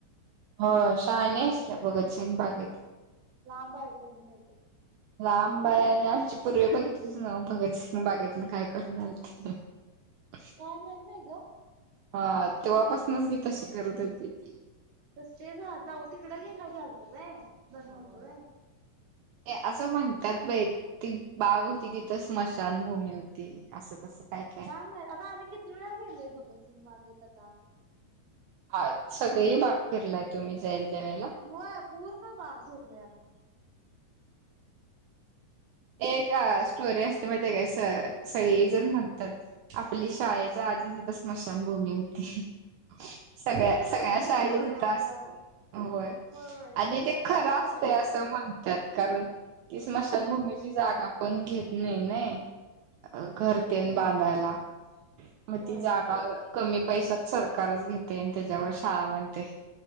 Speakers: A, on the right; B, on the right.
A: हो शहानेच त्या भगतसिंग बागेत
B: लाब आहेयका नाही लये
A: लांबाय आणि आमची पूर्वी बघितलीच ना भगतसिंग बागेतून काय करूनल ह <unintelligible>
B: काय माहितय का
A: हा तेव्हापासूनच गी तशी करत होती ती
B: तस ते झातह तिकडं गेला लतं व ब
A: होय.
B: नवतो वय
A: ते असं म्हणतात बाई ती बाग होती तिथं स्मशानभूमी होती असं तसं काय के
B: आता आम्ही किती वेळा गेलोय भगतसिंग वागेत आता
A: हा सगळे बाग फलाय तुम्ही जाईल त्यावेळेला
B: होय पूर्ण भाग ठरलोय आम्ही
A: एक स्टोरी असते मग ते का स सळी जण म्हणतात आपली शाळेच्या आधी तिथ स्मशानभूमी होती सगळ्या
B: ती ठरलेली
A: सगळ्या शाईच्या
B: स्टोरी
A: तिथं
B: असत्या
A: असते होय
B: होय
A: आणि ते
B: सगळ्यांची
A: खरं
B: ठरलेली
A: असते असं म्हणतात कारण ती स्मशानभूमीची
B: काय माहित बाई
A: जागा पण घेत नाही ना घरतेन
B: हम्म
A: बांधायला मग
B: होय
A: ती जागा कमी पैशात सरकारच घेते आणि त्याच्यावर शाळा बांधते